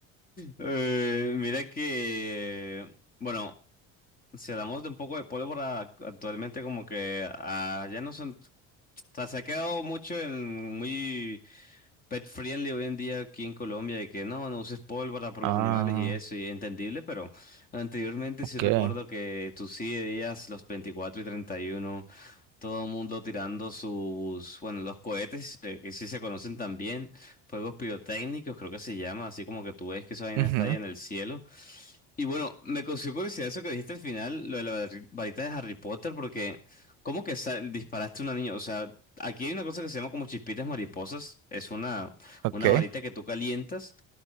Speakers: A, on the left; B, on the right.
A: Eh, mira que, bueno, si hablamos de un poco de pólvora, actualmente como que ah, ya no son sea, se ha quedado mucho en muy pet friendly hoy en día aquí en Colombia, de que no, no uses pólvora por
B: Ah,
A: los animales y eso, y es entendible, pero anteriormente
B: ok.
A: sí recuerdo que tú sí veías los 24 y 31, todo el mundo tirando sus, bueno, los cohetes, eh, que sí se conocen también, fuegos pirotécnicos, creo que se llama, así como que tú ves que esa vaina
B: Ujú,
A: está ahí en el cielo, y bueno, me causó curiosidad eso que dijiste al final, lo de la vari- varita de Harry Potter, porque ¿cómo que sa- disparaste a una niña? O sea, aquí hay una cosa que se llama como chispitas mariposas, es una,
B: ok,
A: una varita que tú calientas